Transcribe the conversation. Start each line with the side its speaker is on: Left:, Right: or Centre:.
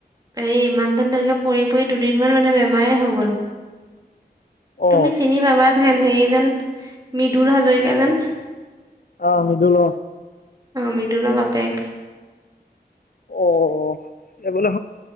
Right: এই ইমান দিন তেনেকে পৰি পৰি দুদিনমান মানে বেমাৰেই হৈ গ'ল।
Left: অ
Right: তুমি চিনি পাবা যেন, হেৰি যেন মৃদুল হাজৰিকা যেন।
Left: অ', মৃদুল অহ।
Right: মৃদুলৰ বাপেক।
Left: অ', এইবোলে